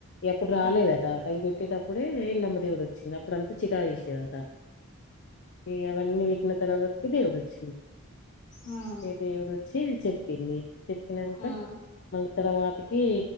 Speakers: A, on the left (about 55°); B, on the left (about 35°).
A: ఎప్పుడు రాలేదట
B: ఉమ్ ఉమ్
A: అది పెట్టేటప్పుడే ఇల్లమ్మ దేవుడు వచ్చింది అప్పుడు అంతా చికాకు చేసేదట ఈ అవన్నీ పెట్టిన తరువాతికి కి దేవుడ్ వచ్చిండు
B: ఉమ్
A: ఏ దేవుడు వచ్చి చెప్ పినీ చెప్పినక్కా
B: ఉమ్
A: మళ్ తర్వాతకి